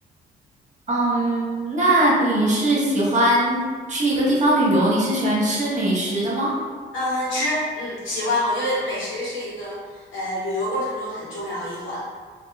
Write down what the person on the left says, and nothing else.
嗯，吃，嗯，喜欢，我觉得美食是一个呃旅游过程中很重要的一环。